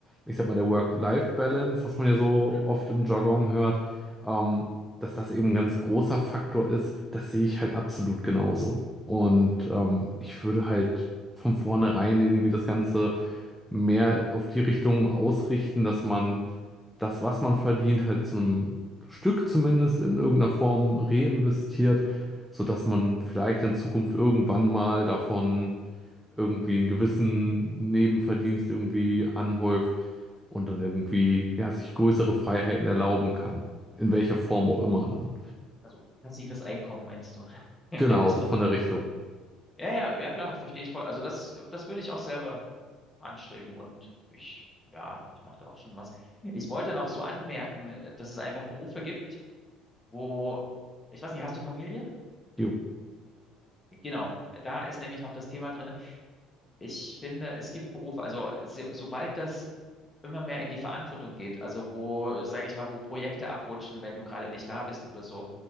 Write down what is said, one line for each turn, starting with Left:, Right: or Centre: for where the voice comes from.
Centre: ich sag mal, der Work-Life-Balance, was man ja so
Left: Hm?
Centre: oft im Jargon hört, ähm, dass das eben ein ganz großer Faktor ist, das sehe ich halt absolut genauso. Und ähm, ich würde halt von vornherein irgendwie das Ganze mehr auf die Richtung ausrichten, dass man das, was man verdient, halt zum Stück zumindest in irgendeiner Form reinvestiert, sodass man vielleicht in Zukunft irgendwann mal davon irgendwie einen gewissen Nebenverdienst irgendwie anhäuft und dann irgendwie ja, sich größere Freiheiten erlauben kann. In welcher Form auch immer dann.
Left: Also passives Einkommen meinst du? <laughs>
Centre: Genau,
Left: Dass
Centre: so
Left: man,
Centre: von der Richtung.
Left: ja, ja, ja klar, verstehe ich voll. Also das, das würde ich auch selber anstreben und ich, ja, ich mache da auch schon was. Ich wollte noch so anmerken, äh, dass es einfach Berufe gibt, wo, ich weiß nicht, hast du Familie?
Centre: Jo.
Left: Genau, da ist nämlich noch das Thema drin. Ich finde, es gibt Berufe, also so, sobald das immer mehr in die Verantwortung geht. Also wo, sage ich mal, wo Projekte abrutschen, wenn du gerade nicht da bist oder so.